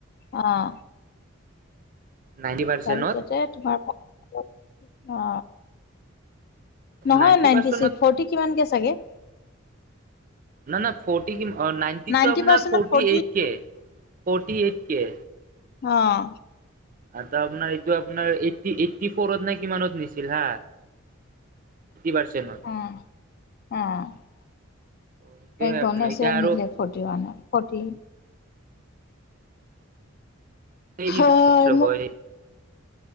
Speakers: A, on the left; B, on the right.
A: অহ
B: নাইনটি পাৰ্চেন্টত
A: তাৰপিছতে তোমাৰ <unintelligible> অহ নহয়
B: নাইনটি
A: নাইণ্টি
B: পাৰ্চেন্টত
A: ছিক্স, ফৰটি কিমানকে চাগে?
B: ন -ন ফৰটি নাইনটিতটো
A: নাইনটি
B: আপোনাৰ
A: পাৰ্চেন্টত
B: ফৰতি
A: ফৰ্টি
B: এইত কে -ফৰতি এইত কে
A: অহ
B: আতা আপোনাৰ এইটো আপোনাৰ এই এইট্টি ফ'ৰত না কিমানত নিছিল হা পাৰ্চেন্টত
A: অহ -অহ
B: সেইটোয়ে
A: এই
B: আপোনাৰ
A: গণেশে
B: এতিয়া আৰু
A: নিলে ফৰটি ওৱানত। ফৰটি
B: <unintelligible> <unintelligible>
A: হয় মোক
B: মই